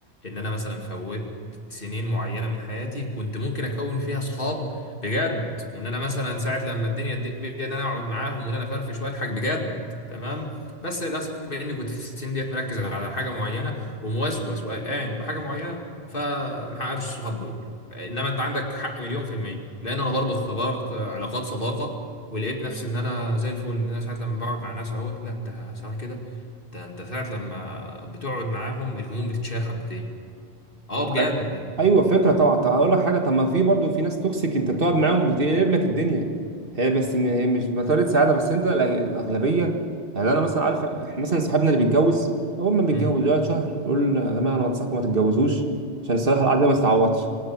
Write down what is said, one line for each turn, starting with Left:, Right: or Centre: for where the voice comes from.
Left: إن أنا مثلا فوت سنين معينة من حياتي كنت ممكن أكون فيها صحاب بجد وإن أنا مثلا ساعة لما الدنيا تضيق بي إن أنا أقعد معاهم وإن أنا أفرفش وأضحك بجد تمام بس للأسف بما إني كنت في السن ديت مركز على حاجة معينة وموسوس وقلقان بحاجة معينة فمحققتش الصحاب دول انما انت عندك حق مليون في المية لان انا برضو اختبرت علاقات صداقة ولقيت نفسي ان انا زي الفل إن انا ساعة لما بقعد مع ناس اهوت لا ده ثواني كده ده انت ساعة لما بتقعد معاهم الهموم بتتشال حبتين اه
Right: على-
Left: بجد
Right: ايوه فكره طبعا طب اقول لك حاجه طب ما في برضو في ناس توكسيك انت بتقعد معاهم بتقلب لك الدنيا هي بس ان هي مش بطاريه سعاده بس انت الأغ- الاغلبيه يعني انا مثلا عارف احنا مثلا صاحبنا اللي بيتجوز اول ما بيتجوز
Left: أمم.
Right: يقعد شهر يقول يا جماعه انا بنصحكم ما تتجوزوش عشان الصراحه القعده دي ما تتعوضش